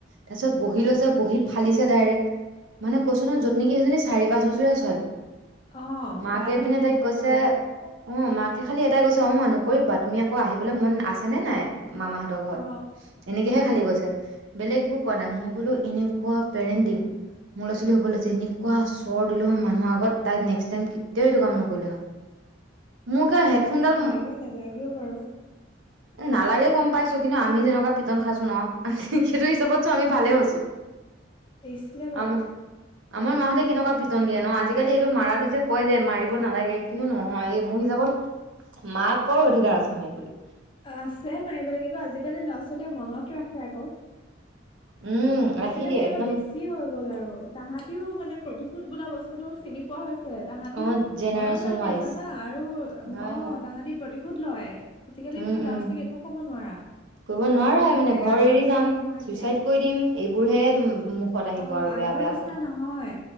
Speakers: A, on the right (about 80°); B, on the left (about 25°).
A: তাৰ পিছত বহি লৈছে বহি ফালিছে ডাইৰেক্ট মানে কৈছো ন আৰু যত নেকি সেইজনী চাৰি পাচ বছৰে আছ ছোৱালী
B: অ
A: মাকে
B: বেয়া লাগে
A: পিনে
B: এনেকুৱা
A: তাইক কৈছে
B: কৰিলে
A: অ, মাকে খালি এটাই কৈছে অ, মা নকৰিবা তুমি আকৌ আহিবলৈ মন আছে নে নাই মামাহতৰ ঘৰত
B: অ
A: এনেকেহে খালি কৈছে। বেলেগ একো কোৱা নাই মই বোলো এনেকুৱা পেৰেণ্টিং মোৰ ল'ৰা-ছোৱালী হব লাগিছিল এনেকুৱা চৰ দিলো হয় মানুহৰ আগত তাই নেক্সত টাইম কেতিয়াও এইটো কাম নকৰিলে হয়।
B: মানে
A: মোক
B: সৰু ল'ৰা-ছোৱালীক
A: হেডফোনডাল
B: মাৰিব নালাগেও বাৰু।
A: নালাগে গম পাইছো, কিন্তু আমি যেনেকুৱা পিটন খাছো ন সেইটো হিচাপত চোন আমি ভালে হৈছো।
B: দিছিলে বাৰু।
A: আম আমাৰ মাহঁতে কেনেকুৱা পিটন দিয়ে ন, আজিকালি এইটো মাৰাটো যে কয় যে মাৰিব নালাগে কিন্তু নহয় এই মোৰ হিচাপত মাকৰ অধিকাৰ আছে মাৰিবলে।
B: আছে মাৰিবলে কিন্তু আজিকালি ল'ৰা-ছোৱালীয়ে মনত ৰাখে আকৌ।
A: উম ৰাখি
B: আজিকালি
A: দিয়ে
B: অলপ
A: একদম
B: বেছি হৈ গ'ল আৰু তাহাতিও মানে প্ৰতিশোধ বোলা বস্তুটো চিনি- পোৱা হৈছে তাহাঁতিও
A: অ জেনেৰেশ্যন
B: মনত ৰাখে
A: ৱাইজ
B: জানা আৰু
A: হয়
B: অ
A: হয়
B: তাহাঁতি প্ৰতিশোধ লয়। আজিকালি
A: উম
B: তুমি ল'ৰা-ছোৱালীক
A: উম
B: একো ক'ব নোৱাৰা।
A: কৰিব নোৱাৰাই
B: বহুত বেলেগ
A: মানে ঘৰ
B: আগৰ
A: এৰি
B: নিচিনা
A: যাম
B: নহয় এতিয়া
A: কৰি দিম এই বোৰহে মুখত আহিব
B: অ',
A: আৰু
B: আগৰ
A: বেয়া বেয়া
B: নিচিনা
A: কথা।
B: নহয়,